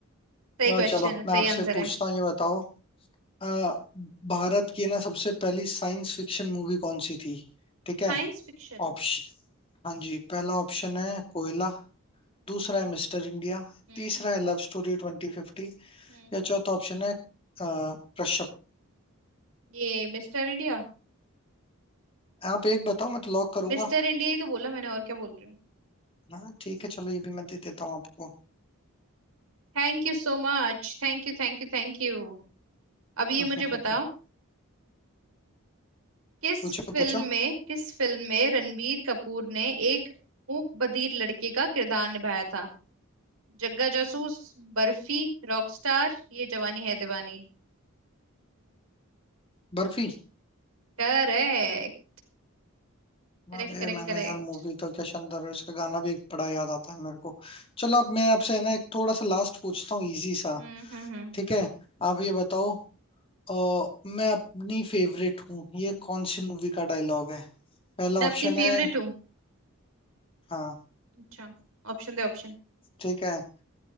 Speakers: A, on the right; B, on the left.
A: सही क्वेश्चन
B: और चलो
A: है सही
B: मैं आपसे
A: आंसर
B: पूछता
A: है
B: हूँ ये बताओ अ, भारत की ना सबसे पहली साइंस फिक्शन मूवी कौन सी थी ठीक है
A: Science fiction
B: ऑप्शन हाँ जी पहला ऑप्शन है कोयला दूसरा
A: हम्म
B: है मिस्टर इंडिया
A: हम्म
B: तीसरा है लव स्टोरी ट्वेंटी फिफ्टी
A: हम्म
B: या चौथा ऑप्शन है अ, कश्यप
A: ये मिस्टर इंडिया
B: आप एक बताओ मैं तो लॉक करूंगा
A: मिस्टर इंडिया ही तो बोला मैंने और क्या बोल रही हूँ
B: हाँ ठीक है चलो ये भी मैं दे देता हूँ आपको
A: Thank you so much thank you thank you thank you अब
B: <laughs>
A: ये मुझे बताओ किस
B: पूछो
A: फिल्म
B: पूछो
A: में किस फिल्म में रणबीर कपूर ने एक मूक बधिर लड़के का किरदार निभाया था जग्गा जासूस बर्फी रॉकस्टार ये Jawaani Hai Deewani
B: बर्फी
A: Correct correct
B: अरे
A: correct
B: मैंने
A: correct
B: यार मूवी तो क्या शानदार है उसका गाना भी एक बड़ा याद आता है मेरे को चलो अब मैं आपसे है ना एक थोड़ा सा लास्ट पूछता हूँ इजी सा
A: हम्म हम्म हम्म
B: ठीक है आप ये बताओ अ, मैं अपनी फेवरेट हूँ ये कौन सी मूवी का डायलॉग है पहला
A: मैं अपनी
B: ऑप्शन है
A: फेवरेट हूँ
B: हाँ
A: अच्छा ऑप्शन दे ऑप्शन
B: ठीक है